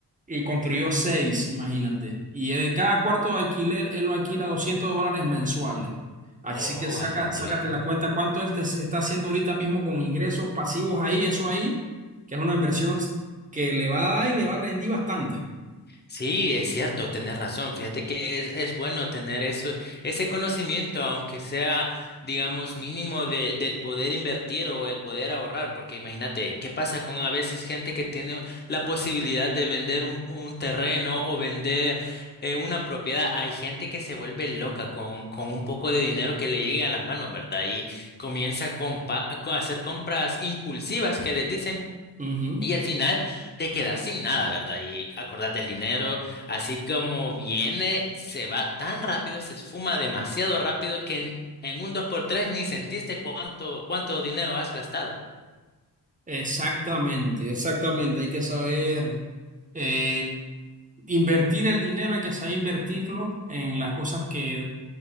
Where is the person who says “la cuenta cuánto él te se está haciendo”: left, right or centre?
Right